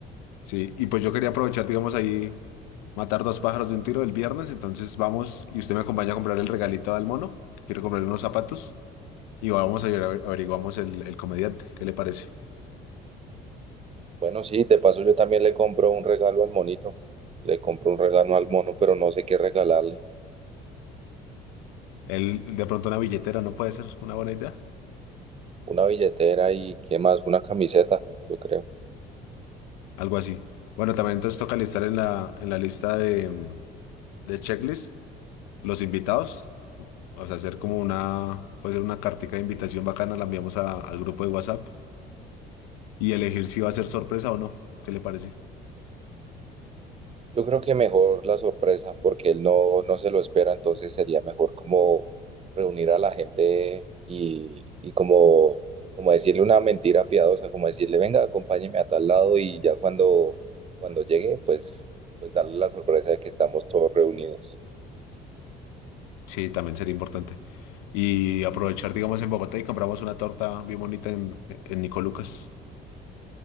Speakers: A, on the left (about 80°); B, on the right (about 30°).
A: Sí, y pues yo quería aprovechar, digamos, ahí matar dos pájaros de un tiro el viernes, entonces vamos y usted me acompaña a comprar el regalito al mono, que quiero comprarle unos zapatos y vamos a ver- averiguamos el, el comediante, ¿qué le parece?
B: Bueno, sí, de paso yo también le compro un regalo al monito. Le compro un regalo al mono, pero no sé qué regalarle.
A: Él, de pronto una billetera, ¿no puede ser una buena idea?
B: Una billetera y qué más, una camiseta, yo creo.
A: Algo así. Bueno, también entonces toca listar en la, en la lista de, mm, de checklist los invitados, o sea, hacer como una, puede ser una cartica de invitación bacana, la enviamos a- al grupo de WhatsApp y elegir si va a ser sorpresa o no, ¿qué le parece?
B: Yo creo que mejor la sorpresa, porque él no, no se lo espera, entonces sería mejor como reunir a la gente y, y como, como decirle una mentira piadosa, como decirle, venga, acompáñeme a tal lado y ya cuando, cuando llegue, pues, pues darle la sorpresa de que estamos todos reunidos.
A: Sí, también sería importante. Y aprovechar, digamos, en Bogotá y compramos una torta bien bonita en, en Nico Lucas.